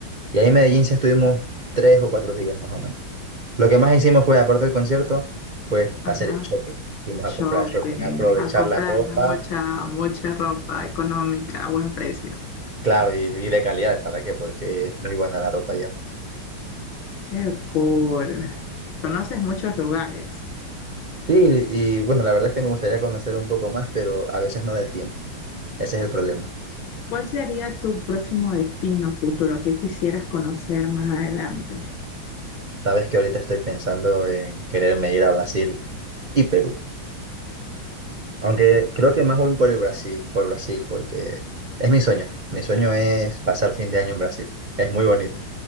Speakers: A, on the right (about 60°); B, on the left (about 80°).
A: Y ahí en Medellín sí estuvimos tres o cuatro días más o menos. Lo que más hicimos fue, aparte del concierto, fue
B: Ajá.
A: hacer shopping. Fuimos
B: Shopping.
A: a comprar shopping, a aprovechar
B: A comprar
A: la ropa,
B: mucha, mucha ropa económica a buen precio.
A: claro, y, y de calidad, ¿para qué? Porque es muy buena la ropa allá.
B: Qué cool. Conoces muchos lugares.
A: Sí, y bueno, la verdad es que me gustaría conocer un poco más, pero a veces no del tiempo. Ese es el problema.
B: ¿Cuál sería tu próximo destino futuro? ¿Qué quisieras conocer más adelante?
A: Sabes que ahorita estoy pensando en quererme ir a Brasil y Perú. Aunque creo que más voy por el Brasil, por Brasil, porque es mi sueño. Mi sueño es pasar fin de año en Brasil. Es muy bonito.